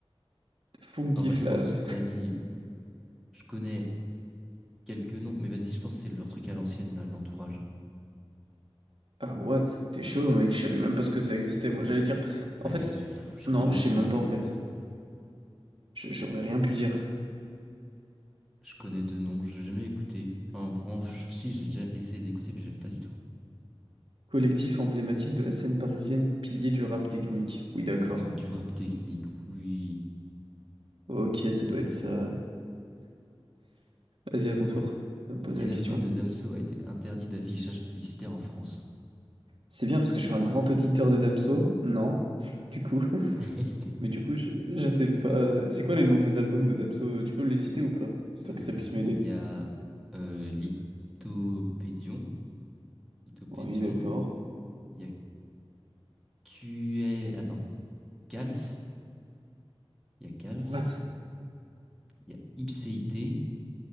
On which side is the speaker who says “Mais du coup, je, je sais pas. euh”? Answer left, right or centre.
Right